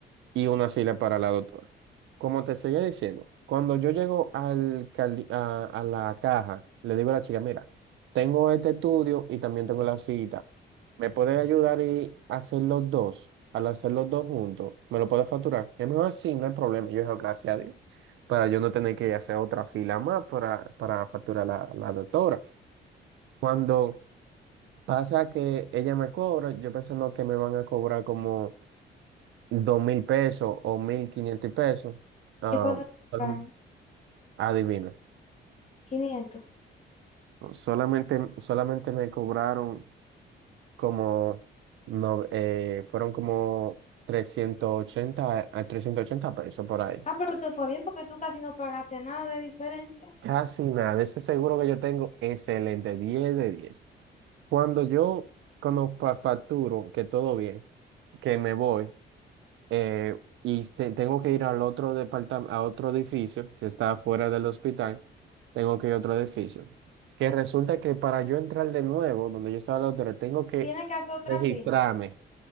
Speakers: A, on the right; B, on the left.
A: y una fila para la doctora. Como te seguía diciendo, cuando yo llego al, cardi- a, a la caja, le digo a la chica, mira, tengo este estudio y también tengo la cita. ¿Me puedes ayudar y hacer los dos? Al hacer los dos juntos, ¿me lo puedes facturar? Es mejor así, no hay problema. Yo digo, gracias a Dios. Para yo no tener que hacer otra fila más para, para facturar la, la doctora. Cuando pasa que ella me cobra, yo pensando que me van a cobrar como dos mil pesos o mil quinientos pesos. ah,
B: ¿Y cuánto te
A: solam-
B: pagaron?
A: adivina.
B: 500.
A: Solamente, solamente me cobraron como no, eh, fueron como trescientos ochenta a trescientos ochenta pesos por ahí.
B: Ah, pero te fue bien porque tú casi no pagaste nada de diferencia.
A: Casi nada, ese seguro que yo tengo, excelente, diez de diez Cuando yo, cuando fa- facturo que todo bien, que me voy eh, y se- tengo que ir al otro departamento, a otro edificio que está afuera del hospital, tengo que ir a otro edificio, que resulta que para yo entrar de nuevo, donde yo estaba la otra, tengo que
B: Tienes que hacer otra
A: registrarme,
B: fila.